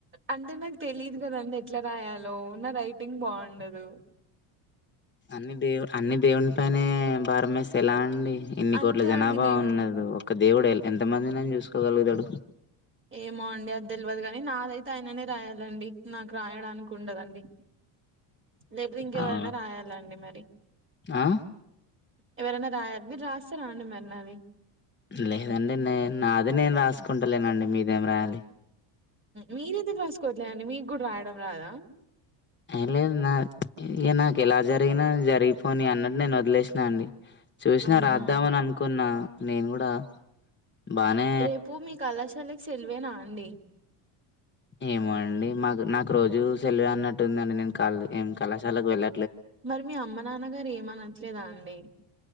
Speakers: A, on the right; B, on the left.
A: అంటే నాకు తెలీదు కదండి ఎట్లా రాయాలో నా రైటింగ్ బాగుండదు
B: అన్ని దేవు అన్ని దేవుని పైనే భారం వేస్త ఎలా అండి ఇన్ని
A: అంతే
B: కోట్ల జనాభా
A: అండి నేను
B: ఉన్నది ఒక్క దేవుడు ఎంత మందినని చూసుకోగలుగుతాడు
A: ఏమో అండి అది తెల్వదు కానీ, నాదైతే ఆయననే రాయాలండి. నాకు రాయడానికి ఉండదండి. లేపోతే ఇంకెవరనా
B: అవునా
A: రాయాలాండి మరి
B: ఆ
A: ఎవరైనా రాయి మీరు రాస్తారా అండి మరి నాది
B: లేదండి నే నాదే నేను రాసుకుంటలేనండి. మీదేం రాయాలి.
A: మీరతే కసుకోవట్లే అండి మీగూడా రాయడం రాదా
B: అ లేదు నా ఇ నాకు ఎలా జరిగినా జరిగిపోని అన్నట్టు నేను వదిలేసినా అండి. చూసినా
A: అవునా
B: రాద్దామని
A: అండి
B: అనుకున్న నేను కూడా బానే
A: రేపు మీ కళాశాలకి సెలివేనా అండి.
B: ఏమో అండి మాకు నాకు రోజు సెలవే అన్నట్టుందండి. నేను క ఏం కళాశాలకు వెళ్ళ
A: మరి మీ అమ్మ నాన్నగారు ఏమనట్లేదా అండి.